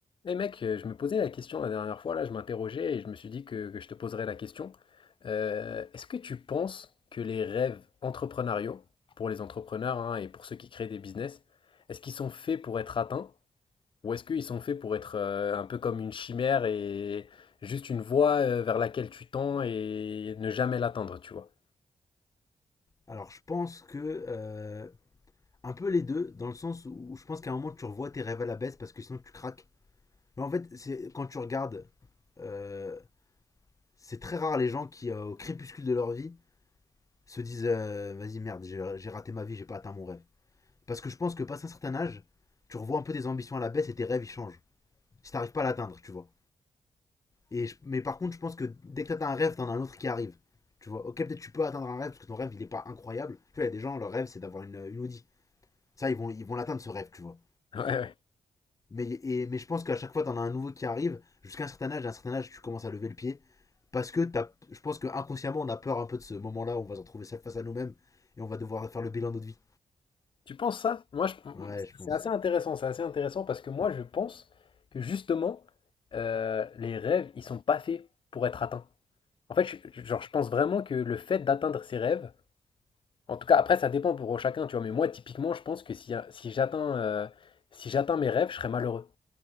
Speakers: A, on the left; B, on the left.
A: Eh mec, euh, je me posais la question la dernière fois, là, je m'interrogeais et je me suis dit que, que je te poserais la question. Euh, est-ce que tu penses que les rêves entrepreneuriaux, pour les entrepreneurs hein, et pour ceux qui créent des business, est-ce qu'ils sont faits pour être atteints ou est-ce qu'ils sont faits pour être euh, un peu comme une chimère et juste une voie euh, vers laquelle tu tends et ne jamais l'atteindre, tu vois?
B: Alors, je pense que. euh, un peu les deux, dans le sens où je pense qu'à un moment, tu revois tes rêves à la baisse parce que sinon, tu craques. Mais en fait, c'est quand tu regardes. euh, c'est très rare les gens qui, euh, au crépuscule de leur vie, se disent euh, Vas-y, merde, j'ai j'ai raté ma vie, j'ai pas atteint mon rêve. Parce que je pense que, passé un certain âge, tu revois un peu tes ambitions à la baisse et tes rêves, ils changent. Si t'arrives pas à l'atteindre, tu vois. Et je- mais par contre, je pense que dès que t'atteins un rêve, t'en as un autre qui arrive. Tu vois, ok, peut-être tu peux atteindre un rêve parce que ton rêve il est pas incroyable. Tu vois, il y a des gens, leur rêve c'est d'avoir une, une Audi. Ça, ils vont, ils vont l'atteindre ce rêve, tu vois.
A: <laughs> Ouais, ouais.
B: Mais, et, mais je pense qu'à chaque fois, t'en as un nouveau qui arrive, jusqu'à un certain âge, à un certain âge, tu commences à lever le pied. Parce que t'as, je pense qu'inconsciemment, on a peur un peu de ce moment-là où on va se retrouver seul face à nous-mêmes et on va devoir faire le bilan de notre vie.
A: Tu penses ça? Moi, je-
B: Ouais, je pense.
A: c'est assez intéressant, c'est assez intéressant parce que moi, je pense que justement, euh, les rêves, ils sont pas faits pour être atteints. En fait, je, je- genre, je pense vraiment que le fait d'atteindre ses rêves, en tout cas, après, ça dépend pour chacun, tu vois, mais moi, typiquement, je pense que si, si j'atteins euh, si j'atteins mes rêves, je serais malheureux.